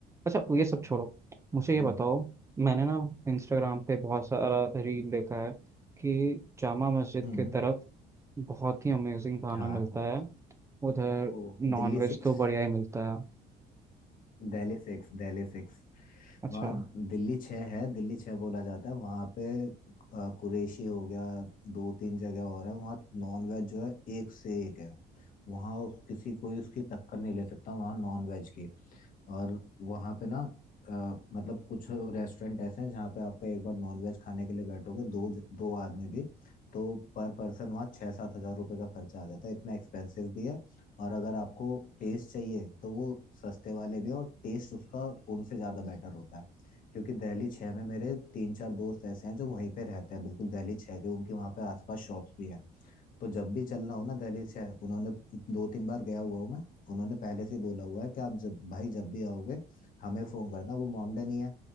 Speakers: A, on the right (about 15°); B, on the left (about 55°).
A: अच्छा ये सब छोड़ो मुझे
B: हम्म
A: ये बताओ मैंने ना इंस्टाग्राम पे बहुत सारा रील देखा है कि जामा मस्जिद
B: हम्म
A: की तरफ बहुत ही अमेजिंग खाना
B: हाँ
A: मिलता है उधर
B: ओ
A: नॉनवेज
B: Delhi six
A: तो बढ़िया ही मिलता है
B: Delhi six Delhi six
A: अच्छा
B: वहाँ दिल्ली छः है दिल्ली छः बोला जाता है वहाँ पे अ, कुरैशी हो गया दो तीन जगह और है वहाँ नॉन वेज जो है एक से एक है वहाँ उस- किसी कोई उसकी टक्कर नहीं ले सकता वहाँ नॉन वेज की और वहाँ पे ना अ, मतलब कुछ रेस्टोरेंट ऐसे हैं जहाँ पे आपका एक बार नॉनवेज खाने के लिए बैठोगे दो ज- दो आदमी भी तो पर पर्सन वहाँ छः सात हजार रुपये का खर्चा आ जाता है इतना एक्सपेंसिव भी है और अगर आपको टेस्ट चाहिए तो वो सस्ते वाले भी हैं और टेस्ट उसका उनसे ज़्यादा बेटर होता है क्योंकि दिल्ली छः में मेरे तीन चार दोस्त ऐसे हैं जो वहीं पे रहते हैं बिल्कुल दिल्ली छः के उनके वहाँ पे आसपास शॉप्स भी हैं तो जब भी चलना हो ना दिल्ली से उन्होंने दो तीन बार गया हुआ हूँ मैं उन्होंने पहले से बोला हुआ है कि आप जब भाई जब भी आओगे हमें फ़ोन करना वो मॉमडन ही है